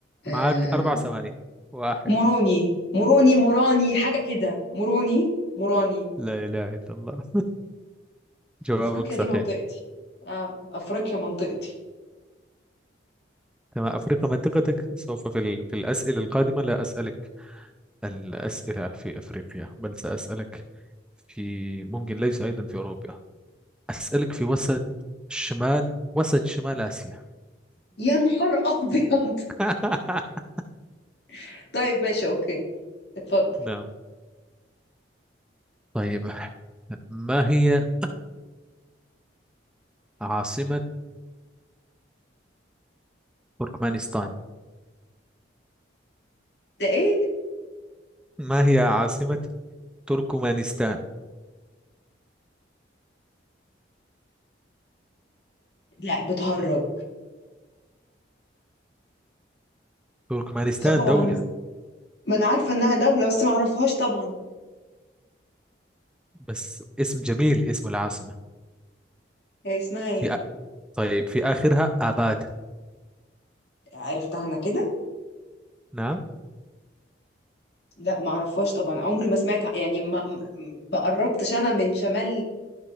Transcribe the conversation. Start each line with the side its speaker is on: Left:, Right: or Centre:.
Left: آه
Centre: معك اربع ثواني واحد
Left: مروني مروني موراني حاجة كده مروني موراني
Centre: لا اله الا الله جوابك
Left: أفريقيا
Centre: صحيح
Left: دي منطقتي اه أفريقيا منطقتي
Centre: كما أفريقيا منطقتك سوف في, ال... في الأسئلة القادمة لا أسألك الأسئلة في أفريقيا بل سأسألك في ممكن ليس أيضا في أوروبا أسألك في وسط شمال وسط شمال آسيا
Left: يا نهار أبيض
Centre: <laughs>
Left: <laughs> طيب ماشي أوكي اتفضل
Centre: نعم طيب ما هي عاصمة تركمانستان
Left: ده إيه؟
Centre: ما هي عاصمة تركمانستان
Left: لا بتهرج
Centre: تركمانستان
Left: لا طبعا
Centre: دولة
Left: ما أنا عارفة إنها دولة بس ما أعرفهاش طبعا
Centre: بس اسم جميل اسم العاصمة
Left: هي اسمها إيه؟
Centre: في أ... طيب في آخرها آباد
Left: عرفتها أنا كده
Centre: نعم
Left: لا ما اعرفهاش طبعا عمري ما سمعت يعني ما ما قربتش انا من شمال